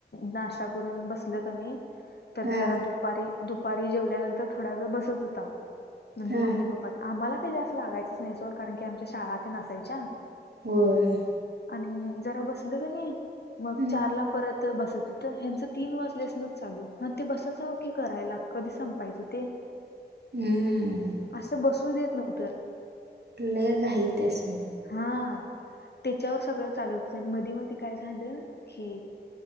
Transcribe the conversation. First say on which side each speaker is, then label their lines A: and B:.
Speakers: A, on the left; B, on the right.
A: नाशा करून बस ल की नाय, तर
B: हा
A: जरा दुपारी- दुपारी जेवल्यानंतर थोडा वेळ बसत होता. म्हणजे
B: हा
A: मम्मी पप्पा ते, आम्हाला काही जास्त लागायचंच नाही सोड कारण की आमच्या शाळा ते नसायच्या.
B: होय.
A: आणि जरा बसलं की नाही,
B: हम्म
A: मग चारला परत बसत तर ह्यांच तीन वाज ल्यास्नच चालू, हा ते बसा जावा की करायला, कधी संपायचं ते?
B: हम्म
A: असं बसू देत नव्हतं.
B: लय घाई त्यासनी
A: हा, त्याच्यावर सगळं चालत हो आणि मधी मध काय झालं, की